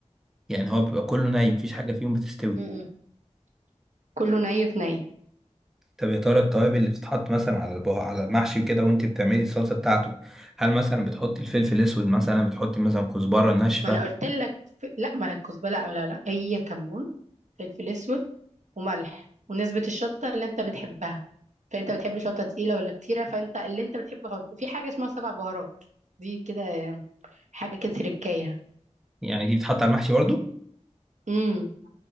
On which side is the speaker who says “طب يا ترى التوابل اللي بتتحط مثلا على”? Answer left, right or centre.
Centre